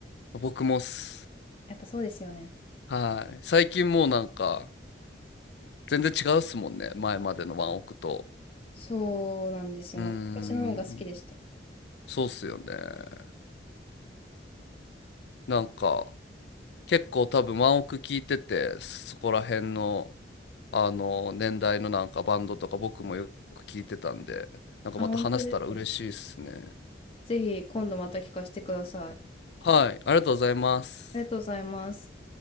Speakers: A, on the left (about 70°); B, on the left (about 30°).
A: 僕もっす。
B: やっぱそうですよね。
A: はい。最近もうなんか、全然違うっすもんね。前までのワンオクと。
B: そうなんですよ。
A: うーん。
B: なんか昔の方が好きでした。
A: そうっすよね。なんか、結構多分ワンオク聞いてて、そこら辺の、あの年代のなんかバンドとか僕もよく聞いてたんで、なんかまた話せたら嬉しいですね。
B: あ、本当ですか。ぜひ今度また聞かせてください。
A: はい、ありがとうございます。
B: ありがとうございます。